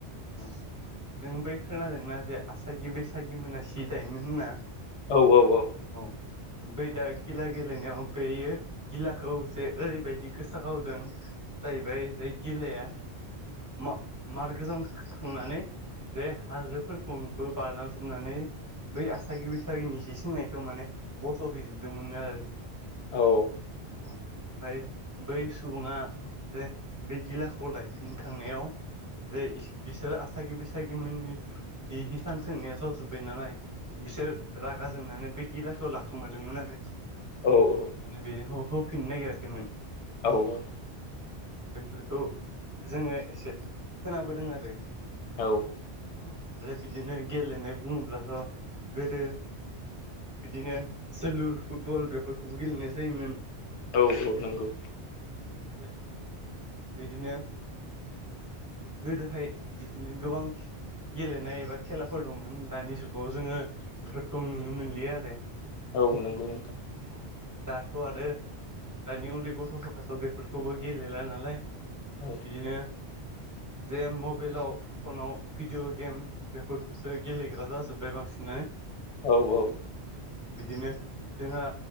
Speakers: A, on the right; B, on the left.
A: औ जों बै खोनादोंना जे आसागि बैसागि मोना सि दायोमोन होनना
B: औ औ औ
A: औ ओमफ्राय दा गिला गेलेनायाव बेयो गिलाखौ जे ओरैबायदि गोसा गावदों जाहैबाय बे गिलाया मा मार गोजान थांनानै जे हाजोफोरखौनोबो बारलांजोबनानै बै आसागि बैसागिनि सि सोंनायखौ माने बस'हैजोबदोंमोननो आरो
B: औ
A: ओमफ्राय बै सुबुङा जे बे गिलाखौ लायफिननो थांनायाव जे बिसोरो आसागि बैसागि मोननि जि हिसान सोंनाया जजोब्बाय नालाय बिसोर रागा जोंनानै बे गिलाखौ लाखुमादोंमोन आरो।
B: औ औ
A: माने बेनिखौ होफिननो नागिराखैमोन
B: औ औ
A: बेफोरखौ जोङो एसे खोनाबोदों आरो
B: औ
A: औ आरो बिदिनो गेलेनाय बुङोब्लाथ' गोदो बिदिनो जोलुर फुटबल बेफोरखौबो गेलेनाय जायोमोन
B: औ औ नंगौ
A: लोगोसे बिदिनो गोदोहाय बिदिनो गोबां गेलेनाय एबा खेलाफोर दंमोन दानि जुगाव जोङो बेफोरखौ नुनो मोनलिया आरो।
B: औ नंगौ नोंथां।
A: अ दाथ आरो दानि उन्दै गथफोराथ बेफोरखौबो गेलेला नालाय
B: औ
A: बिदिनो जे मबाइलाव फनाव भिडिअ गेम बेफोरखौसो गेलेग्रा जाजोब्बाय बांसिनानो
B: औ औ
A: बिदिनो जोंहा